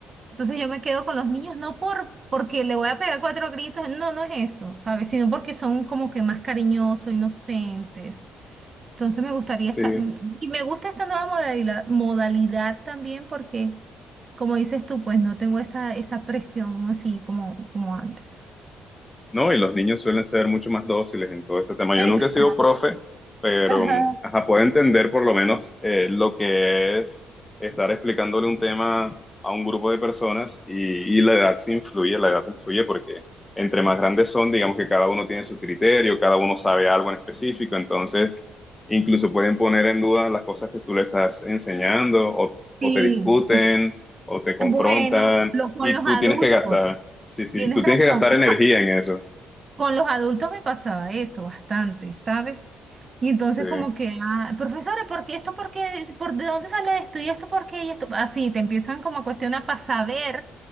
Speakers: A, on the right (about 35°); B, on the left (about 15°).
A: Entonces yo me quedo con los niños no por porque le voy a pegar cuatro gritos, no, no es eso, ¿sabes? Sino porque son como que más cariñosos, inocentes. Entonces me gustaría esta,
B: sí.
A: mm, y me gusta esta nueva modalidad, modalidad también porque, como dices tú, pues no tengo esa, esa presión así como, como antes.
B: No, y los niños suelen ser mucho más dóciles en todo este tema.
A: Exacto.
B: Yo nunca he sido profe, pero
A: Ajá.
B: mm, ajá, puedo entender por lo menos eh, lo que es estar explicándole un tema a un grupo de personas y, y la edad se influye, la edad influye porque entre más grandes son, digamos que cada uno tiene su criterio, cada uno sabe algo en específico, entonces incluso pueden poner en duda las cosas que tú le estás enseñando o, o
A: Sí.
B: te discuten o te confrontan
A: Bueno, lo- con
B: y
A: los
B: tú
A: adultos,
B: tienes que gastar, sí, sí,
A: tienes
B: tú
A: razón.
B: tienes que gastar
A: Lo-
B: energía en eso.
A: Con los adultos me pasaba eso bastante, ¿sabes? Y entonces
B: Sí,
A: como que, ah, profesores, ¿por qué esto? ¿Por qué? ¿Por de dónde sale esto? ¿Y esto por qué? ¿Y esto? Así, te empiezan como a cuestionar para saber,